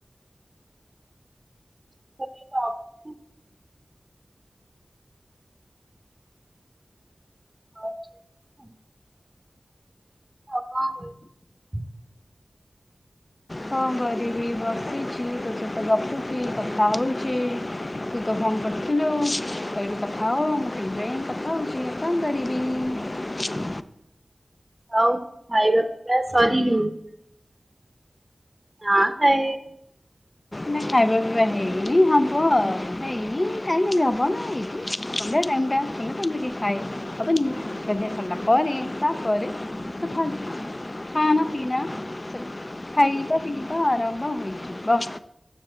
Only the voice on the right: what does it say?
<inaudible> <inaudible> ଆଉ କଣ <unintelligible>
ଆଉ ଖାଇବା ପିିଇବା ସରିନି? ନାଁ <unintelligible>